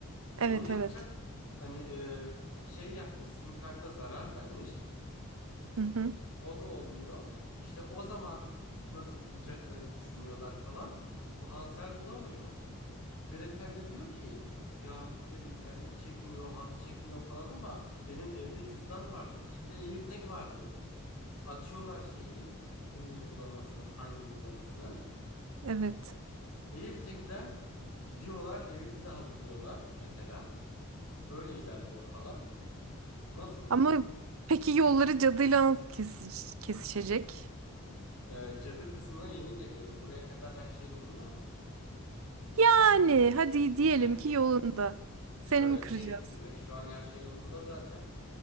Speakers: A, on the right; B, on the left.
A: <laughs> Evet
B: Onu yapacak
A: evet.
B: hani e, şey yapmış sim karta zarar vermiş.
A: Hı hı.
B: O da olmuyor. İşte o zaman nasıl bulacaklarını düşünüyorlar falan. Bu Hansel bulamıyor. Gretel de diyor ki ya burada internet çekmiyor, hat çekmiyor falan ama benim evde cüzdan vardı. içinde AirTag vardı. Açıyorlar şeyi bul uygulamasını Find uygulamasını
A: Evet.
B: AirTag'den gidiyorlar, evi bir daha buluyorlar mesela. Böyle ilerliyor falan. Nasıl buldun
A: Ama
B: bunu?
A: peki yolları cadıyla nasıl kesiş- kesişecek?
B: Ee, cadı kısmına yeni geliyorum. Buraya kadar her şey yolunda mı?
A: Yani hadi diyelim
B: Heh.
A: ki yolunda.
B: Şöyle
A: Seni mi kıracağız?
B: diyelim ki mi? şu an her şey yolunda zaten.